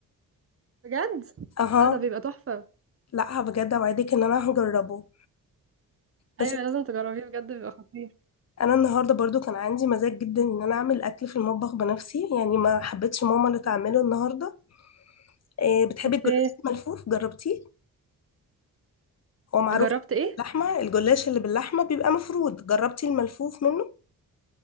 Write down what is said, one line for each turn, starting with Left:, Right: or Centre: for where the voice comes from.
Right: بجد
Left: اها
Right: لا ده بيبقى تحفه
Left: لا بجد اوعدك ان انا هجربه بس
Right: ايوه لازم تجربيه بجد بيبقى خطير
Left: انا النهارده برضو كان عندي مزاج جدا ان انا اعمل اكل في المطبخ بنفسي يعني ما حبيتش ماما اللي تعمله النهارده إيه بتحبي
Right: اوكي
Left: الجلاش الملفوف جربتيه هو معروف
Right: جربت ايه
Left: اللحمة الجلاش اللي باللحمة بيبقى مفرود جربتي الملفوف منه